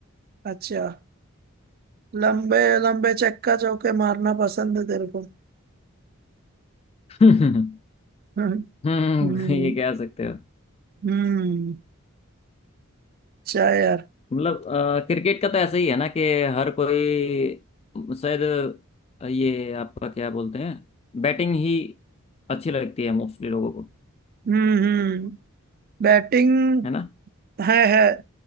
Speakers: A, on the right; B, on the left.
A: अच्छा लंबे लंबे चक्का चौके मारना पसंद है तेरे को
B: हम्म <laughs>
A: हम्म
B: हम्म
A: हम्म
B: <laughs> ये कह सकते हो
A: हम्म। शायर
B: मतलब अ, क्रिकेट का तो ऐसा ही है ना कि हर कोई शायद अ, ये आपका क्या बोलते हैं बैटिंग ही अच्छी लगती है मोस्टली लोगों को
A: हम्म हम्म बैटिंग
B: है ना
A: है है